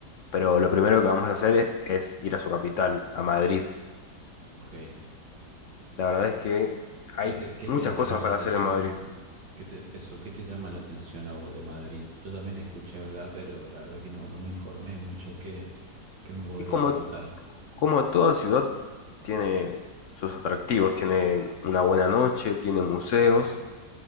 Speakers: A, on the left; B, on the right.
A: Pero lo primero que vamos a hacer es, es ir a su capital, a Madrid.
B: ok.
A: La verdad es que hay
B: ¿Qué te, qué
A: muchas
B: te llama
A: cosas
B: la
A: para
B: atención?
A: hacer en Madrid.
B: ¿Qué te, eso, qué te llama la atención a vos de Madrid? Yo también escuché hablar, pero la verdad que no, no me informé mucho. ¿Qué, ¿Qué me podrías
A: Y como,
B: contar?
A: como toda ciudad tiene sus atractivos, tiene una buena noche, tiene museos,
B: Ajá,